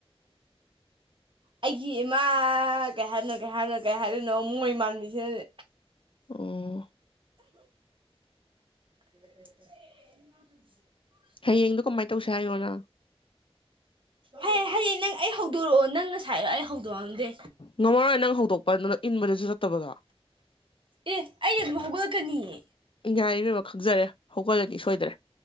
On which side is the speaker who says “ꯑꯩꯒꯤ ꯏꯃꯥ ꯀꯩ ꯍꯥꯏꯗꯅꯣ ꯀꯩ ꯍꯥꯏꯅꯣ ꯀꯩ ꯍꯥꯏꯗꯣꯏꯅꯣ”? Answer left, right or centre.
Right